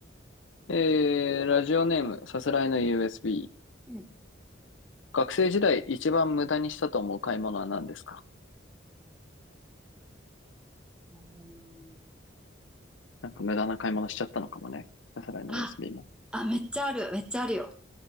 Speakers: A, on the left; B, in the centre.
A: えー、ラジオネーム、さすらいの USB。
B: うん
A: 学生時代一番無駄にしたと思う買い物は何ですか
B: うん
A: なんか無駄な買い物しちゃったのかもね。さすらいの
B: あ、
A: USB も。
B: あ、めっちゃある、めっちゃあるよ。